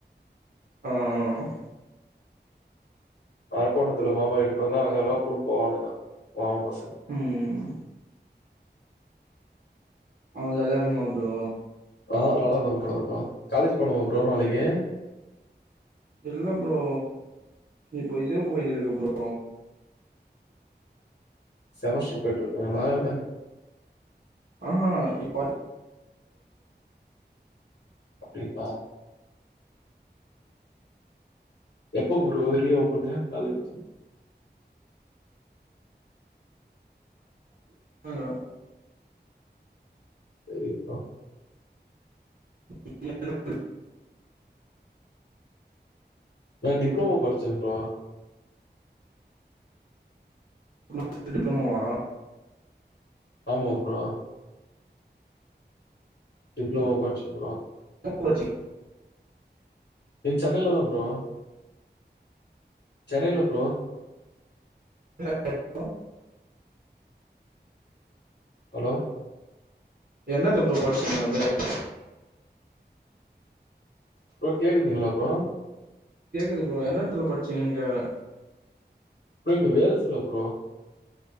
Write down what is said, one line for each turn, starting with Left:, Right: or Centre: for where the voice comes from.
Right: அ அ அ
Left: அரக்கோணத்துல மாமா வீட்டுக்கு வந்தா அங்கல்லா கூட்ன் போவானுங்க மாமா பசங்
Right: ம் ஆ ஜாலியா இருக்குமா ப்ரோ
Left: ஆ நல்லாதா ப்ரோ இருக்கு காலேஜி போனுமா ப்ரோ நாளைக்கு
Right: இல்ல ப்ரோ இப்போ இது போய்னிருக்கு ப்ரோ
Left: செமஸ்ட்ரு போயிட்ருக்குங்களா இல்ல
Right: ஆஹா இப்பதுக்
Left: அப்டிங்ளா எப்ப ப்ரோ ரீ ஓப்பனு காலேஜ்
Right: ஆங்க
Left: செரி ப்ரோ
Right: <unintelligible>
Left: நா டிப்ளோமோ படிச்சே ப்ரோ
Right: ம் <unintelligible> டிப்ளமோவா
Left: ஆமா ப்ரோ டிப்ளோமோ பட்ச்ச ப்ரோ
Right: <unintelligible>
Left: நீ சென்னையிலதா ப்ரோ சென்னையில ப்ரோ
Right: <inaudible>
Left: ஹலோ
Right: எந்த எடத்துல ப்ரோ படிச்சீங்க வந்ததுல இருந்து
Left: ப்ரோ கேக்குதுங்களா ப்ரோ
Right: கேக்குது ப்ரோ எந்த எடத்துல படுச்சீங்கீன்னு கேக்குறே
Left: அப்ரோ இங்க வேலஸ்ல ப்ரோ